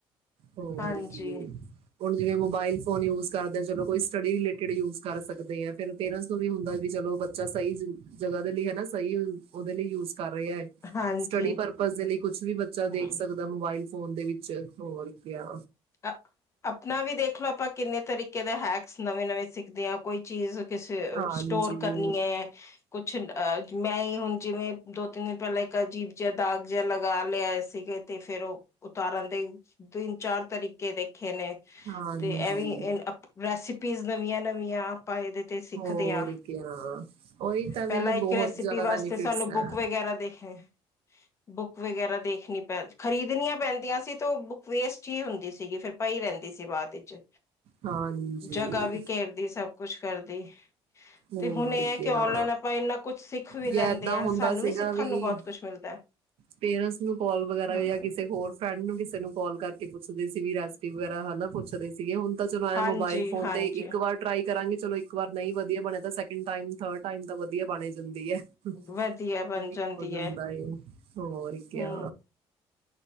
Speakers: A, on the right (about 70°); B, on the left (about 30°).
A: ਹੋਰ
B: ਹਾਂਜੀ
A: ਕੀ ਹੁਣ ਜਿਵੇਂ, ਮੋਬਾਈਲ ਫੋਨ ਯੂਜ ਕਰਦੇ ਆ, ਚਲੋ ਕੋਈ ਸਟੱਡੀ ਰਿਲੇਟਿਡ ਯੂਜ ਕਰ ਸਕਦੇ ਆ, ਫੇਰ ਪੇਰੈਂਟਸ ਨੂੰ ਵੀ ਹੁੰਦਾ ਵੀ ਚਲੋ ਬੱਚਾ ਸਹੀ ਜਗ੍ਹਾ ਦੇ ਲਈ, ਹਨਾ ਸਹੀ ਉਹਦੇ ਲਈ ਯੂਸ ਕਰ ਰਿਹਾ ਹੈ,
B: ਹਾਂਜੀ
A: ਸਟੱਡੀ ਪਰਪਜ਼ ਦੇ ਲਈ ਕੁਛ ਵੀ ਬੱਚਾ
B: ਹਮ
A: ਦੇਖ ਸਕਦਾ। ਮੋਬਾਈਲ ਫੋਨ ਦੇ ਵਿੱਚ, ਹੋਰ ਕਿਆ
B: ਅ- ਆਪਣਾ ਵੀ ਦੇਖ ਲਓ। ਆਪਾਂ ਕਿੰਨੇ ਤਰੀਕੇ ਦੇ ਹੈਕਸ ਨਵੇਂ-ਨਵੇਂ ਸਿੱਖ ਦੇ ਆ। ਕੋਈ ਚੀਜ਼, ਕਿਸੇ
A: ਹਾਂਜੀ
B: ਸਟੋਰ ਕਰਨੀ ਹੈ। ਕੁਛ ਅ ਮੈਂ ਹੁਣ ਜਿਵੇਂ ਦੋ-ਤਿੰਨ ਦਿਨ ਪਹਿਲਾਂ ਇੱਕ ਅਜੀਬ ਜਿਹਾ ਦਾਗ ਜਿਹਾ ਲਗਾ ਲਿਆ ਆਏ ਸੀਗੇ ਤੇ ਫੇਰ ਉਹ ਉਤਾਰਨ ਦੇ ਤਿੰਨ ਚਾਰ ਤਰੀਕੇ ਦੇਖ ਖੇ ਨੇ
A: ਹਾਂਜੀ
B: ਤੇ ਇਹ ਵੀ, ਇਹ <unintelligible> ਰੈਸਪੀਜ਼ ਨਵੀਆਂ-ਨਵੀਆਂ ਆਪਾਂ ਇਹਦੇ ਤੇ ਸਿੱਖਦੇ
A: ਹੋਰ
B: ਹਾਂ।
A: ਕਿਆ ਉਹੀ ਤਾਂ ਵੀ
B: ਪਹਿਲਾਂ
A: ਬਹੁਤ
B: ਇੱਕ ਰੈਸਿਪੀ
A: ਜ਼ਿਆਦਾ
B: ਵਾਸਤੇ
A: ਬੈਨੀਫਿਟਸ
B: ਸਾਨੂੰ
A: ਹੈ
B: ਬੁੱਕ ਵਗੈਰਾ ਦੇਖ <inaudible> ਬੁੱਕ ਵਗੈਰਾ ਦੇਖਣੀ ਪੈ ਖਰੀਦਣੀਆਂ ਪੈਂਦੀਆਂ ਸੀ ਤੇ ਉਹ ਬੁੱਕ ਵੇਸਟ ਹੀ ਹੁੰ ਦੀ ਸੀਗੀ ਫਿਰ ਪਾਈ ਰਹਿੰਦੀ ਸੀ ਤੇ ਬਾਅਦ ਵਿੱਚ,
A: ਹਾਂਜੀ
B: ਜਗ੍ਹਾ ਵੀ ਘੇਰਦੀ, ਸਭ ਕੁਛ ਕਰਦੀ
A: ਹੋਰ
B: ਤੇ ਹੁਣ ਇਹ ਹੈ
A: ਕਿਆ
B: ਕਿ ਔਨਲਾਈਨ ਆਪਾਂ ਇੰਨਾ ਕੁਛ ਸਿੱਖ ਵੀ
A: ਜਾਂ
B: ਲੈਂਦੇ
A: ਏਦਾਂ
B: ਹਾਂ
A: ਹੁੰਦਾ
B: ਸਾਨੂੰ
A: ਸੀਗਾ
B: ਸਿੱਖਣ
A: ਵੀ
B: ਨੂੰ ਬਹੁਤ ਕੁਛ ਮਿਲਦਾ
A: ਪੇਰੈਂਟਸ ਨੂੰ ਕਾਲ ਵਗੈਰਾ
B: ਹਮ
A: ਜਾਂ ਕਿਸੇ ਹੋਰ ਫਰੈਂਡ ਨੂੰ ਕਿਸ ਮੈਨੂੰ ਕਾਲ ਕਰਕੇ ਪੁੱਛਦੇ ਸੀ ਵੀ ਰੈਸੀਪੀ ਵਗੈਰਾ, ਹੈਨਾ, ਪੁੱਛਦੇ ਸੀਗੇ ਹੁਣ। ਤਾਂ ਚਲੋ ਐ
B: ਹਾਂਜੀ
A: ਮੋਬਾਇਲ ਫੋਨ
B: ਹਾਂਜੀ
A: ਤੇ, ਇੱਕ ਵਾਰ ਟਰਾਈ ਕਰਾਂਗੇ ਚਲੋ, ਇੱਕ ਵਾਰ ਨਹੀਂ ਵਧੀ ਵਧੀਆ ਬਣਿਆ ਤਾਂ ਸੈਕਿੰਡ ਟਾਈਮ, ਥਰਡ ਟਾਈਮ ਤਾਂ ਵਧੀਆ ਬਣ ਏ ਜਾਂਦੀ ਹੈ। ਇਹ,
B: ਵਧੀਆ ਬਣ
A: ਇੱਕ
B: ਜਾਂਦੀ
A: ਹੋ ਜਾਂਦਾ ਹੈ। ਹੋਰ ਕਿਆ।
B: ਹਮ